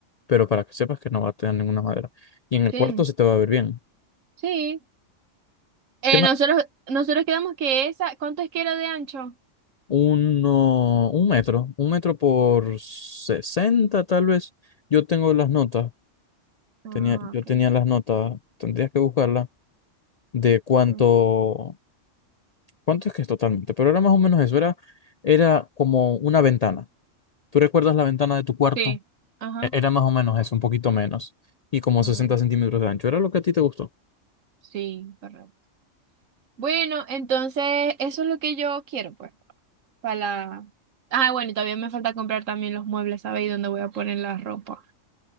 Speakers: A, on the left (about 65°); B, on the right (about 85°).
A: pero para que sepas que no va a tener ninguna madera. Y en el
B: Sí.
A: cuarto se te va a ver bien.
B: Sí. Eh,
A: ¿Qué más?
B: nosotros, nosotros quedamos que esa, ¿cuánto es que era de ancho?
A: Uno, un metro, un metro por 60 tal vez. Yo tengo las notas.
B: Ah,
A: Tenía, yo
B: ok.
A: tenía las notas, tendrías que buscarlas, de cuánto,
B: Sí.
A: cuánto es que es totalmente, pero era más o menos eso, era, era como una ventana. ¿Tú recuerdas la ventana de tu cuarto?
B: Sí. Ajá.
A: E- Era más o menos eso, un poquito menos, y como
B: Ah,
A: 60 centímetros de ancho, era lo que a ti te gustó.
B: Sí, correcto. Bueno, entonces eso es lo que yo quiero, pues, para la... Ah, bueno, y todavía me falta comprar también los muebles, ¿sabes? Y dónde voy a poner la ropa.